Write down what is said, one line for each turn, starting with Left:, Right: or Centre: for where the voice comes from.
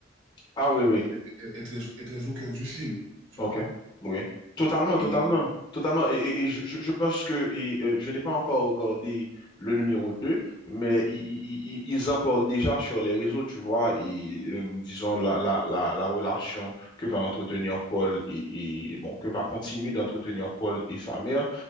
Left: Ah oui, oui,
Right: est, est- est très, est très au cœur du film, tu
Left: ok,
Right: vois.
Left: oui. Totalement,
Right: Et
Left: totalement, totalement. Et, et- et je, je- je pense que et, euh, je n'ai pas encore regardé le numéro 2 mais i- i- i- i- ils en parlent déjà sur les réseaux, tu vois, et euh, disons la, la, la, la relation que va entretenir Paul et, et, bon, que va continuer d'entretenir Paul et sa mère,